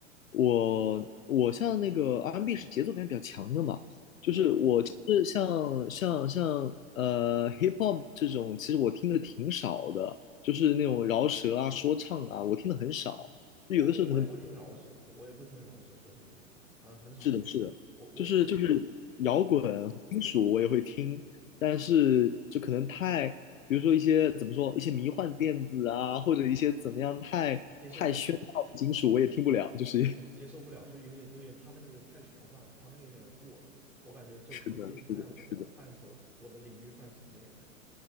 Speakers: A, on the left; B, in the centre.
A: 我我像那个 R&B 是节奏感比较强的嘛，就是我其实像像像呃
B: 对，
A: hip hop 这种，其实我听的挺少的，就是那种饶舌啊、说唱啊，我听的很少。就有的时候可能
B: 我我我也不听饶舌，我也不听饶舌说唱这一块的，呃，很少听，
A: 是的，是的，
B: 我我只听
A: 就是就是摇滚、
B: 节奏
A: 金属我也会听，但是就可能太，比如说一些怎么说，一些迷幻电子啊，或者一些怎么样太太喧闹的金属我也听不了，
B: 接受不了，
A: 就是
B: 对，接受不了，就是有点有点他那个有点太玄幻了，他那个有点过了，我感觉就不是在我的范畴，
A: <laughs> 是的，是的，是的，
B: 我的领域范畴内的。